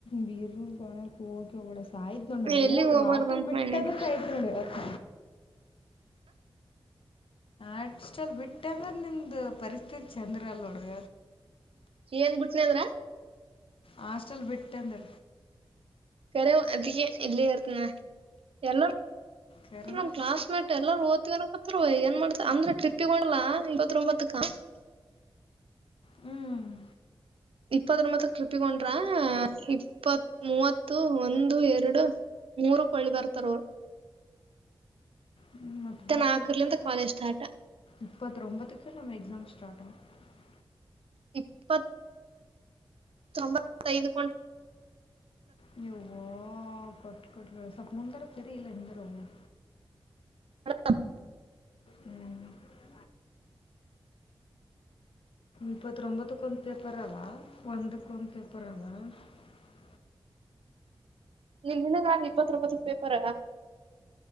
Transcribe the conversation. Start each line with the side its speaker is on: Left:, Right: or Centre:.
Left: ಬೀ ಗಾನೆಲ್ ಕಕ ಒಗಡ ಆಾಯ್ತ್ ನೋ್ಣ
Right: ಎಲ್ಲಿಗ್
Left: ಊ
Right: ಹೋಗ್ಬಾರ್ದಂತ
Left: ವಾಸ್ಟಲ್ ಬಿಟ್ಟಂದ್ರೆ
Right: ಮಾಡಿನಿ
Left: ಸಾಯ್ತ್ ನೋತ್ತ ಅಷ್ಟಲ್ ಬಿಟ್ಟ ಅಂದ್ರೆ ನಿಮ್ದ ಪರಿಸ್ಥಿತಿ ಚಂದ್ರ ಅಲ್ ಹುಡ್ಗ
Right: ಏನ್ ಬಿುಟ್ನದ್ರ <unintelligible>
Left: ಹಾಸ್ಟಲ್ ಬಿಟ್ಟ ಅಂದ್ರ
Right: ಬರ ಅ ಇಲ್ಲೇಕ ಎಲ್ಲ
Left: ಕರೆನ
Right: ನಮ್ ಕ್ಲಾಸ್ ಮೇಟ್ ಎಲ್ಲಾರೂ ಓದ್ತವಿ ನ ಇಪ್ಪತ್ ರೂಪಾಯಿ ಏನ್ ಮಾಡ್ತ ಅಂದ್ರೆ ಟ್ರಿಪ್ಪಿಗೊಂಡ್ಲಾ ಇಪ್ಪತ್ೊಂಬತ್ತಕ್ಕ <inaudible>
Left: ಹ್ಞೂ
Right: ಇಪ್ಪತ್ತರ ಮತ್ತ ಕೃಪಿಕೊಂಡ್ರ ಇಪ್ಪತ್ ಮೂವತ್ತು ಒಂದು ಎರಡು ಮೂರುಳಿ ಬರ್ತಾರ ಅವರು
Left: ಹ್ಮ್ ಮತ್ತೆ ಬರ್ತೇನೆ
Right: ನಾಲ್ಕರ್ಲಿಂದ
Left: ಕಡೆ
Right: ಕಾಲೇಜ್ ಸ್ಟಾರ್ಟ್
Left: ಇಪ್ಪತ್ ಒಂಬತ್ತಕ್ಕೂ ನಮ್ಮ್ ಎಕ್ಸಾಮ್ ಸ್ಟಾರ್ಟ್ ಹ <unintelligible>
Right: ಇಪ್ಪತ್ತು ತೊಂಬತ್ತೈದುಕೊಂಡ
Left: ಹ್ಮ <unintelligible> ಹ ಕಟ್ ಕಟ್ ಸ ಮುಂದರ ಸರಿಲ್ಲ ಹರ ಅವ <inaudible>
Right: ಹ <unintelligible>
Left: ಹ್ಮ್ <unintelligible> ಇಪ್ಪತ್ೊಂಬತ್ತಕ್ ಒಂದು ಪೇಪರ್ವಾ ಒಂದು <inaudible> ಕನ್ ಪೇಪರ್ವಾ <unintelligible>
Right: ನೀನ್ನಗಾ ಇಪ್ಪತ್ ರೂಪತ್ ಪೇಪರ